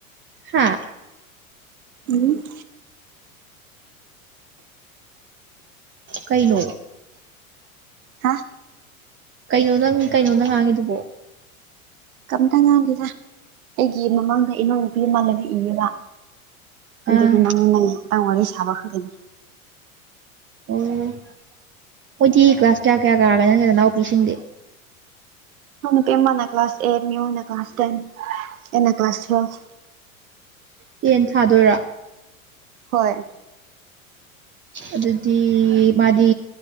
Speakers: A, on the right (about 30°); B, on the right (about 75°).
A: ꯍꯥꯥ
B: ꯎꯝ
A: ꯀꯩꯅꯣ
B: ꯍꯥ
A: ꯀꯩꯅꯣ ꯅꯪ ꯀꯩꯅꯣ ꯅꯪ ꯉꯥꯡꯉꯤꯗꯨꯕꯣ
B: ꯀꯝꯇꯥ ꯉꯥꯡꯗꯦꯗ ꯑꯩꯒꯤ ꯃꯃꯥꯡꯗꯩ ꯏꯅꯥꯎ ꯅꯨꯄꯤ ꯃꯥ ꯂꯥꯔꯤꯛ ꯏꯌꯦꯕ
A: ꯑꯥ
B: ꯑꯗꯨꯗꯤ ꯅꯪ ꯅꯪꯒꯤ ꯃꯇꯥꯡ ꯋꯥꯔꯤ ꯁꯥꯕ ꯈꯛꯇꯥꯅꯤ
A: ꯑꯣ ꯍꯣꯏꯗꯤ ꯀ꯭ꯂꯥꯁ ꯀꯌꯥ ꯀꯌꯥ ꯀꯥꯔꯒꯦ ꯅꯪꯒꯤ ꯅꯅꯥꯎꯄꯤꯁꯤꯡꯗꯤ
B: ꯐꯥꯎ ꯅꯨꯄꯤ ꯑꯃꯅ ꯀ꯭ꯂꯥꯁ ꯑꯦꯠ ꯃꯤꯌꯣꯅ ꯀ꯭ꯂꯥꯁ ꯇꯦꯟ ꯑꯩꯅ ꯀ꯭ꯂꯥꯁ ꯊꯨꯌꯦꯜꯐ
A: ꯇꯦꯟ ꯊꯥꯗꯣꯏꯔꯣ
B: ꯍꯣꯏ
A: ꯑꯗꯨꯗꯤ ꯃꯥꯗꯤ